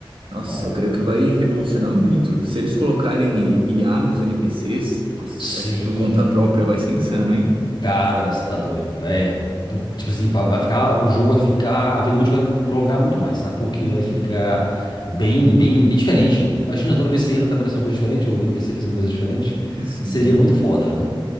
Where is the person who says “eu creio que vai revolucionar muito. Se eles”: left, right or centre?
Right